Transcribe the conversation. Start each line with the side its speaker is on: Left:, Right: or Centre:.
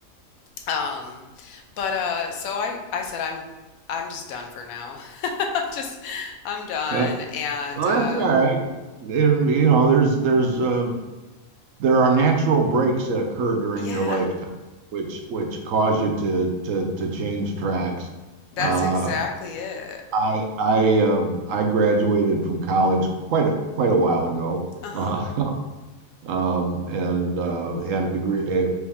Left: Um, but uh, so I, I said I'm, I'm just done for now. <laughs> Just, I'm done.
Right: Yeah.
Left: And
Right: well,
Left: uh,
Right: that's all right. And, you know, there's there's uh, there are natural breaks that occur during
Left: yeah,
Right: your lifetime, which which cause you to to to change tracks.
Left: that's
Right: Uh,
Left: exactly it.
Right: I I um, I graduated from college quite a quite a while ago,
Left: Uh-huh.
Right: uh, <laughs> um, and uh, had a degree eh,